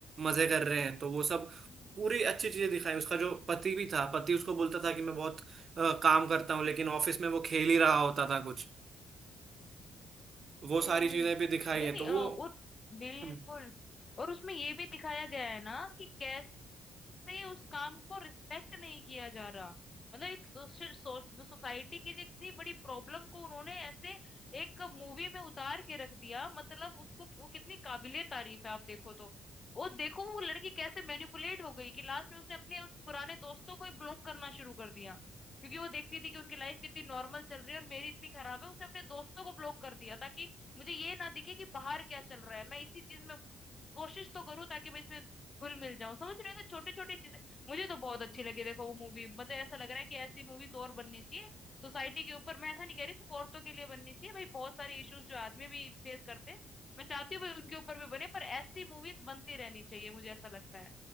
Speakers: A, on the right (about 45°); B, on the left (about 35°).
A: मजे कर रहे हैं तो वो सब
B: हम्म
A: पूरी अच्छी चीजें दिखाई उसका जो पति भी था पति उसको बोलता था कि मैं बहुत अ, काम करता हूँ लेकिन ऑफिस में वो खेल ही रहा होता था कुछ वो
B: हम्म,
A: सारी चीजें
B: हम्म।
A: भी दिखाई
B: नहीं
A: है
B: नहीं
A: तो वो
B: अ, वो बिल्कुल
A: हम्म,
B: और उसमें ये भी दिखाया गया है ना कि कैसे से उस काम को रिस्पेक्ट नहीं किया जा रहा मतलब एक सोशल सोसाइटी की जितनी बड़ी प्रॉब्लम को उन्होंने ऐसे एक मूवी में उतार के रख दिया मतलब उसको वो कितनी काबिले तारीफ है आप देखो तो वो देखो वो लड़की कैसे मैनिपुलेट हो गई कि लास्ट में उसने अपने उस पुराने दोस्तों को ही ब्लॉक करना शुरू कर दिया क्योंकि वो देखती थी कि उनकी लाइफ कितनी नॉर्मल चल रही है और मेरी इतनी खराब है उसने अपने दोस्तों को ब्लॉक कर दिया ताकि मुझे ये ना दिखे कि बाहर क्या चल रहा है मैं इसी चीज में कोशिश तो करूँ ताकि मैं इसमें घुल मिल जाऊं समझ रहे हो ऐसे छोटी छोटी चीजें मुझे तो बहुत अच्छी लगी देखो वो मूवी मतलब ऐसा लग रहा है कि ऐसी मूवीज और बननी चाहिए सोसाइटी के ऊपर मैं ऐसा नहीं कह रही सिर्फ औरतों के लिए बननी चाहिए भाई बहुत सारे इश्यूज जो आदमी भी फेस करते हैं मैं चाहती हूँ भाई उनके ऊपर भी बने पर ऐसी मूवीज बनती रहनी चाहिए मुझे ऐसा लगता है